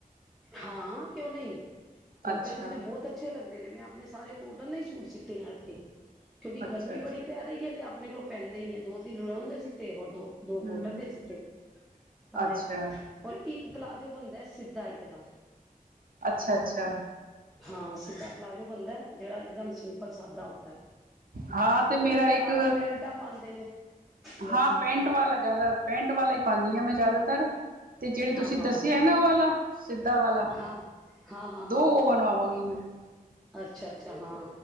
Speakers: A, in the centre; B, on the right.
A: ਹਾਂ ਕਿਉਂ ਨਹੀਂ ਕੋਟਨ
B: ਅੱਛਾ
A: ਤੇ ਬਹੁਤ ਅੱਛੇ ਲੱਗਦੇ ਨੇ ਮੈਂ ਆਪਣੇ ਸਾਰੇ ਕੋਟਨ ਦਾ ਹੀ ਸੂਟ ਸਿਤੇ ਨੇ ਏਧਕੀ। ਕਿਉਂਕਿ
B: ਅੱਛਾ
A: ਗਰਮੀ
B: ਅੱਛਾ
A: ਬੜੀ ਪੈ ਰਹੀ ਹੈ ਤੇ ਆਪ ਆਪਣੇ ਕੋਲੋਂ ਪੈਂਦੇ ਹੀ ਨਹੀ ਤੇ ਦੋ ਤਿੰਨ ਰੇਯੋਣ ਦੇ ਸਿੱਤੇ ਦੋ
B: ਹਮ
A: ਕੋਟਨ ਦੇ ਸਿਤੇ ਸਾਰੇ
B: ਅੱਛਾ
A: ਔਰ ਇੱਕ ਪਲਾਜੋ ਬਣਦਾ ਸਿੱਧਾ ਇਕ ਦਮ
B: ਅੱਛਾ ਅੱਛਾ
A: ਹਾਂ ਸਿੱਧਾ ਪਲਾਜੋ ਬਣਦਾ ਜਿਹੜਾ ਇਕਦਮ ਸਿੰਪਲ ਸਾਦਾ ਹੁੰਦਾ
B: ਹਾਂ ਤੇ
A: ਔਰ
B: ਮੇਰਾ
A: ਆਹ
B: ਇੱਕ
A: ਪੈਂਟਾਂ ਪਾਉਂਦੇ ਨੇ ਲੋਕੀ
B: ਹਾਂ ਪੈਂਟ ਵਾਲਾ ਜ਼ਿਆਦਾ ਪੈਂਟ ਵਾਲਾ ਹੀ ਪਾਉਦੀ ਹਾਂ ਮੈਂ ਜ਼ਿਆਦਾ ਤੇ ਜਿਹੜੇ ਤੁਸੀਂ
A: ਹਾਂ ਹਾਂ
B: ਦੱਸਿਆ ਹੈ ਨਾ ਉਹ ਵਾਲਾ ਸਿੱਧਾ ਵਾਲਾ
A: ਹਾਂ ਹਾਂ ਹਾਂ ਹਾਂ
B: ਦੋ ਉਹ ਬਣਵਾਵਾਂਗੀ ਮੈਂ
A: ਅੱਛਾ ਅੱਛਾ ਹਾਂ